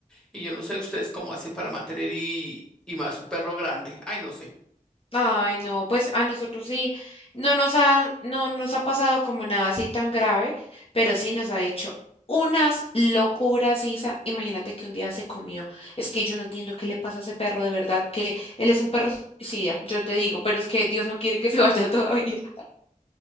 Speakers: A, in the centre; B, on the left.
A: Y yo no sé ustedes cómo hacen para mantener y, y más un perro grande. Ay, no sé.
B: Ay, no, pues a nosotros sí, no nos ha, no nos ha pasado como nada así tan grave, pero sí nos ha hecho unas locuras, Isa. Imagínate que un día se comió. Es que yo no entiendo qué le pasa a ese perro, de verdad, que él es un perro suicida, yo te digo, pero es que Dios no quiere que se vaya todavía. <laughs>